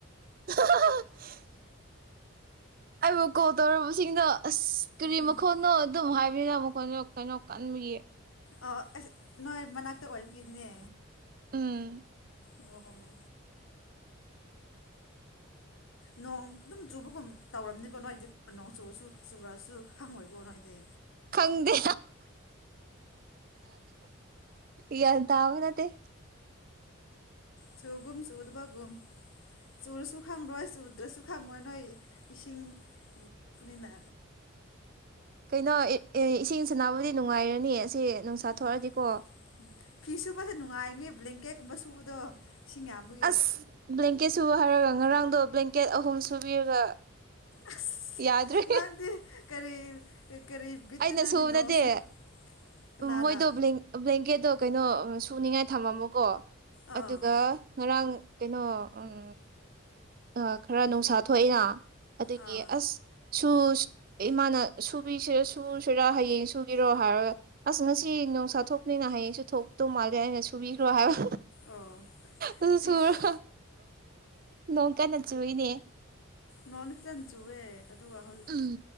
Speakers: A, on the right; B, on the left.
A: <unintelligible> <unintelligible> ꯀꯣꯜ ꯇꯧꯔꯕꯁꯤꯡꯅ ꯑꯁ ꯀꯔꯤ
B: ꯎꯝ
A: ꯃꯈꯣꯟꯅꯣ ꯑꯗꯨꯝ ꯍꯥꯏꯕꯤꯅ ꯃꯈꯣꯟꯅꯣ ꯀꯩꯅꯣ ꯀꯟꯕꯒꯤ
B: ꯑꯣ ꯑꯁ ꯅꯣꯏ ꯃꯅꯥꯛꯇꯥ ꯑꯣꯏꯕꯒꯤꯅꯤꯅꯦ
A: ꯎꯝ
B: ꯑꯣ ꯅꯣꯡ ꯑꯗꯨꯝ ꯆꯨꯕꯒꯨꯝ ꯇꯧꯔꯝꯅꯤꯀꯣ ꯅꯣꯏꯗꯤ ꯅꯣꯡ ꯆꯨꯔꯁꯨ ꯆꯨꯔꯁꯨ ꯈꯪꯉꯣꯏꯀꯣ ꯅꯣꯏꯗꯤ
A: ꯈꯪꯗꯦ ꯌꯥꯟ ꯇꯥꯕ ꯅꯠꯇꯦ
B: ꯆꯨꯒꯨꯝ ꯆꯨꯗꯕꯒꯨꯝ ꯆꯨꯔꯁꯨ ꯈꯪꯔꯣꯏ ꯆꯨꯗ꯭ꯔꯥꯁꯨ ꯈꯪꯉꯣꯏ ꯅꯣꯏ ꯏꯁꯤꯡ ꯅꯛꯄꯅꯤꯅ
A: ꯀꯩꯅꯣ ꯑꯦ ꯑꯦ ꯏꯁꯤꯡ ꯁꯥꯅꯕꯗꯤ ꯅꯨꯡꯉꯥꯏꯔꯅꯤ ꯑꯁꯤ ꯅꯨꯡꯁꯥ
B: ꯎꯝ
A: ꯊꯣꯛꯑꯗꯤꯀꯣ
B: ꯎꯝ ꯐꯤ ꯁꯨꯕꯁꯨ ꯅꯨꯡꯉꯥꯏꯅꯤ ꯕ꯭ꯂꯦꯡꯀꯦꯠꯀꯨꯝꯕ ꯁꯨꯕꯗꯣ ꯏꯁꯤꯡ ꯌꯥꯝꯕꯒꯤ
A: ꯑꯁ ꯕ꯭ꯂꯦꯡꯀꯦꯠ ꯁꯨꯕ ꯍꯥꯏꯔꯒ ꯉꯔꯥꯡꯗꯣ ꯕ꯭ꯂꯦꯡꯀꯦꯠ ꯑꯍꯨꯝ ꯁꯨꯕꯤꯔꯒ
B: ꯑꯁ
A: ꯌꯥꯗ꯭ꯔꯦ
B: ꯅꯪꯗꯤ ꯀꯔꯤ ꯀꯔꯤ <unintelligible>
A: ꯑꯩꯅ
B: ꯅꯪꯗꯤ
A: ꯁꯨꯕ
B: ꯅꯣꯡ
A: ꯅꯠꯇꯦ
B: ꯁꯨ ꯀꯅꯔꯥ
A: ꯃꯣꯏꯗꯣ ꯕ꯭ꯂꯦꯡꯀꯦꯠꯇꯣ ꯀꯩꯅꯣ ꯁꯨꯅꯤꯡꯉꯥꯏ ꯊꯝꯃꯝꯃꯣꯀꯣ
B: ꯑꯥ
A: ꯑꯗꯨꯒ ꯉꯔꯥꯡ ꯀꯩꯅꯣ ꯎꯝ ꯑ ꯈꯔ ꯅꯨꯡꯁꯥ ꯊꯣꯛꯏꯅ ꯑꯗꯨꯒꯤ
B: ꯑꯥ
A: ꯑꯁ ꯁꯨ ꯏꯃꯥꯅ ꯁꯨꯕꯤꯁꯤꯔ ꯁꯨꯨꯁꯤꯔ ꯍꯌꯦꯡ ꯁꯨꯒ‌ꯦꯔꯣ ꯍꯥꯏꯔꯒ ꯑꯁ ꯉꯁꯤ ꯅꯨꯡꯁꯥ ꯊꯣꯛꯄꯅꯤꯅ ꯍꯌꯦꯡꯁꯨ ꯊꯣꯛꯇꯧ ꯃꯥꯜꯂꯦ ꯑꯩꯅ ꯁꯨꯕꯤꯈ꯭ꯔꯣ ꯍꯥꯏꯕ
B: ꯑꯣ
A: ꯑꯗꯨ ꯁꯨꯔꯒ
B: ꯏꯁ
A: ꯅꯣꯡ ꯀꯟꯅ ꯆꯨꯔꯤꯅ‌ꯦ
B: ꯅꯣꯡꯗꯤ ꯐꯖꯅ ꯆꯨꯑꯦ ꯑꯗꯨꯒ ꯍꯧꯖꯤꯛ
A: ꯎꯝ